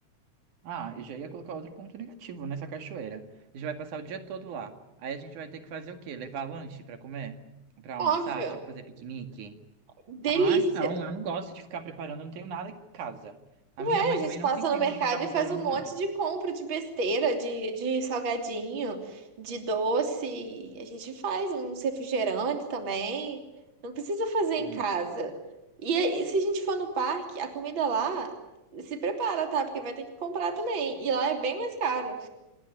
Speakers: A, on the right (about 70°); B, on the right (about 40°).
A: Ah, eu já ia colocar outro ponto negativo nessa cachoeira. A gente vai passar o dia todo lá. Aí a gente vai ter que fazer o quê? Levar lanche pra comer? Pra
B: Óbvio,
A: almoçar? Tipo, fazer piquenique?
B: delícia.
A: Ai, não, eu não gosto de ficar preparando, não tenho nada aqui em casa. A
B: Ué,
A: minha mãe
B: a gente
A: também não
B: passa
A: tem tempo
B: no mercado
A: de ficar preparando
B: e faz um monte
A: nada.
B: de compra de besteira, de, de salgadinho, de doce. A gente faz uns refrigerantes também. Não precisa fazer em
A: Hum.
B: casa. E aí, se a gente for no parque, a comida lá se prepara, tá? Porque vai ter que comprar também. E lá é bem mais caro.